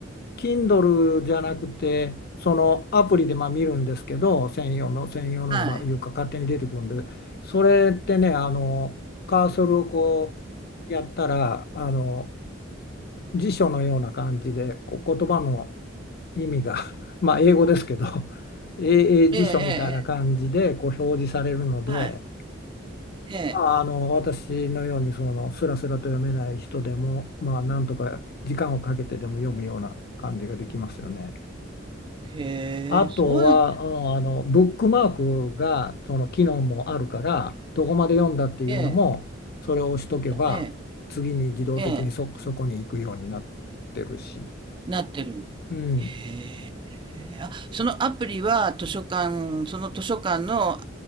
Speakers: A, on the left; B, on the right.
A: Kindle じゃなくてそのアプリでまあ見るんですけど専用の専用のがまあいうか勝手に出てくるんでそれってねあのカーソルをこうやったらあの
B: はい。
A: 辞書のような感じでこう言葉の意味が <laughs> まあ英語ですけど <laughs> 英英辞書みたいな感じでこう表示されるので、
B: ええええええ、はい、ええ。
A: まあ、あの私のようにそのスラスラと読めない人でも、まあ、なんとか時間をかけてでも読むような感じができますよね。
B: へえ、
A: あとは、
B: そうなん
A: うんあのブックマークがその機能もあるからどこまで読んだっていうのもそれを押しとけば次に自動的にそ、
B: ええ、ええ、ええ、
A: そこに行くようになってるし。
B: なってるんだ。
A: うん、
B: へえ。あ、そのアプリは図書館その図書館の